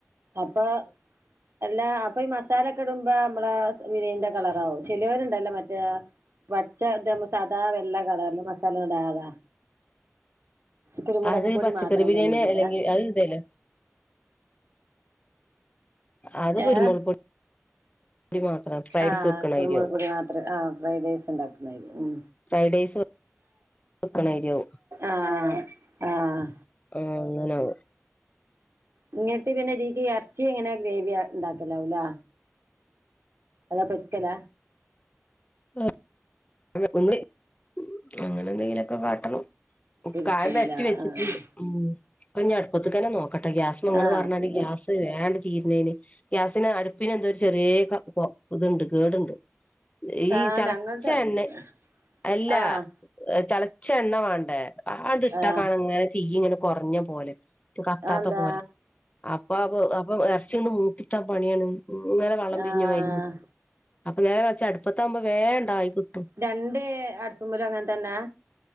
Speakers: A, on the right; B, on the left.
A: അപ്പൊ, എല്ലാ അപ്പൊ ഈ മസാലക്കെ ഇടുമ്പോ നമ്മള സു ബിരിയാണിന്റെ കളറാവും, ചിലവരുണ്ടല്ലോ മറ്റേ പച്ച സാദാ വെള്ള കളറല്ല മസാല - മസാലടാത കുരുമുളക്
B: അത്
A: പൊടി
B: പച്ചക്കറി
A: മാത്രം
B: ബിരിയാണി
A: തോന്നണ്ട് ഇട
B: അല്ലെങ്കിൽ അത് ഇതേല്ല അത് കുരുമുൾ
A: ഏഹ്
B: പൊടി മാത്രം <unintelligible>
A: ആഹ്
B: വെക്ക്ണയ്രിയാവും.
A: കുരുമുളക് പൊടി ആഹ് ഫ്രൈഡ് റൈസ് ഇണ്ടാക്ക്ണാരി ഉം
B: ഫ്രൈഡ് റൈസ് വെക്കണ മാതിരിയാവും
A: ആഹ് ആഹ്
B: ആഹ് അങ്ങനാവും.
A: ഇങ്ങട്ട് പിന്നെ ഇതീക്ക് എറച്ചി എങ്ങനെ ഗ്രേവി ഉണ്ടാക്കലാവുല്ലേ? അതോ പെരിക്കല?
B: <unintelligible> അങ്ങനെ എന്തെങ്കിലൊക്കെ കാട്ടണം
A: പൊരിക്കലാ
B: കായം പെരട്ടി വെച്ചിട്ടുണ്ട്.
A: ആഹ്
B: ഉമ്മ് ഇപ്പഞ്ഞി അടുപ്പത്ത്ക്ക് തന്നെ നോക്കട്ടെ. ഗ്യാസ് ന്ന് ഇങ്ങള്
A: ആഹ്
B: പറഞ്ഞാതിരി
A: പിന്നെ
B: ഗ്യാസ് <unintelligible> വേണ്ട് തീരുന്നതിന് ഗ്യാസിന് അടുപ്പിന് എന്തോ ഒരു ചെറിയ ഇതുണ്ട് കേടുണ്ട്. ഈ
A: ആഹ്
B: തെളച്ച
A: ഞങ്ങൾതും അങ്ങനെ
B: എണ്ണ,
A: തന്നെ
B: അല്ല
A: ആഹ്
B: തിളച്ച എണ്ണ വേണ്ടേ? ആണ്ട് ഇട്ടാ
A: ആഹ്
B: കാണ ഇങ്ങനെ തീ ഇങ്ങനെ കൊറഞ്ഞ പോലെ. കത്താത്ത
A: അതെന്താ
B: പോലെ. അപ്പൊ അപ്പൊ എറ്ച്ചി <unintelligible> മൂത്ത്ട്ടാ പണിയാണ്. ഇങ്ങനെ വള്ളം
A: ആഹ്
B: പിരിഞ്ഞു മായിരിനിക്കും അപ്പൊ നേരെ മറിച്ച് അടുപ്പത്താകുമ്പോ വേണ്ടായി കിട്ടും.
A: രണ്ട് അടുപ്പുമ്മലും അങ്ങൻ തന്നെ?